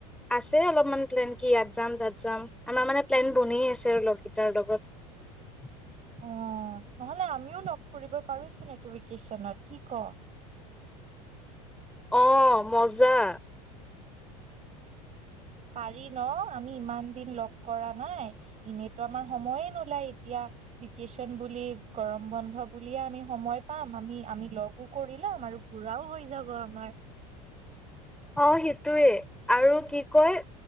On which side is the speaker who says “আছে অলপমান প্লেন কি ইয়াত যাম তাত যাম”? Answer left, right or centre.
Centre